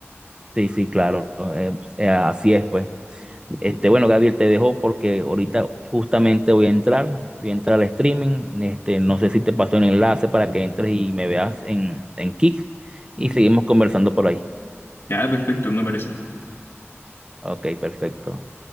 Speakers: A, on the right; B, on the left.
A: Sí, sí, claro, eh, eh, así es, pues. Este, bueno, Gabriel, te dejo porque ahorita justamente voy a entrar, voy a entrar al streaming. Este, no sé si te paso el enlace para que entres y me veas en, en Kick y seguimos conversando por ahí.
B: Ya, perfecto, me parece.
A: Ok, perfecto.